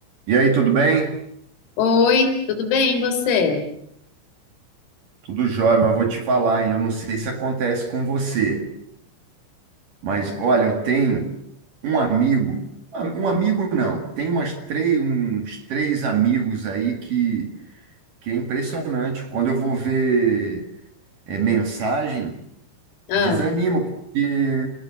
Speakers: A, on the right; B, on the left.
A: E aí, tudo bem?
B: Oi, tudo bem, e você?
A: Tudo jóia, mas vou te falar, hein? Eu não sei se acontece com você, mas olha, eu tenho um amigo, um amigo não, tem umas três, uns três amigos aí que, que é impressionante. Quando eu vou ver é, mensagem,
B: Ah,
A: desanimo, porque